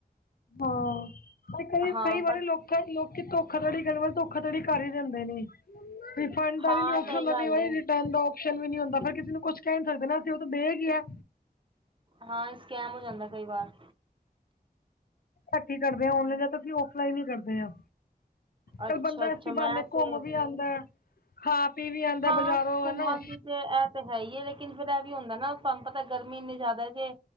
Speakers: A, on the left; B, on the right.
A: ਹਾਂ, ਪਰ ਕਈ-ਕਈ
B: ਹਾਂ
A: ਵਾਰੀਂ
B: ਬਟ
A: ਲੋਕੀਂ। ਪਰ ਲੋਕੀਂ ਧੋਖਾਧੜੀ ਕਰਨ ਵਾਲੇ ਧੋਖਾਧੜੀ ਕਰ ਹੀ ਦਿੰਦੇ ਨੇ। ਰਿਫੰਡ ਦਾ
B: ਹਾਂ
A: ਵੀ ਨਹੀਂ ਓਪਸ਼ਨ
B: ਸਹੀ
A: ਉਹਨੇ
B: ਗੱਲ ਏ
A: ਦੇ ਰਿਟਰਨ ਦਾ। ਓਪਸ਼ਨ ਵੀ ਨੀ ਹੁੰਦਾ। ਫੇਰ ਕਿਸੇ ਨੂੰ ਕੁਛ ਕਹਿ ਨੀ ਸਕਦੇ ਨਾ ਅਸੀਂ, ਉਹ ਤਾਂ ਦੇ ਗਿਆ।
B: ਹਾਂ ਸਕੈਮ ਹੋ ਜਾਂਦਾ ਕਈ ਵਾਰ।
A: ਘੱਟ ਹੀ ਕਰਦੇ ਹਾਂ ਔਨਲਾਈਨ, ਜਾਦਾ ਤਾਂ ਅਸੀਂ ਔਫਲਾਈਨ ਹੀ ਕਰਦੇ ਹਾਂ। ਚੱਲ
B: ਅੱਛਾ
A: ਬੰਦਾ
B: ਅੱਛਾ
A: ਐਸੀ
B: ਮੈਂ
A: ਬਹਾਨੇ ਘੁੰਮ
B: ਤੇ
A: ਵੀ ਆਉਂਦਾ ਐ। ਖਾ- ਪੀ ਵੀ ਆਉਂਦਾ
B: ਹਾਂ
A: ਬਜ਼ਾਰੋਂ,
B: ਘੁੰਮਣ
A: ਹਨਾ।
B: ਦੀ ਤੇ ਇਹ ਤਾਂ ਹੈ ਹੀ ਹੈ, ਲੇਕਿਨ ਫੇਰ ਇਹ ਵੀ ਹੁੰਦਾ ਨਾ ਤੁਹਾਨੂੰ ਪਤਾ ਗਰਮੀ ਇੰਨੀ ਜ਼ਿਆਦਾ ਤੇ।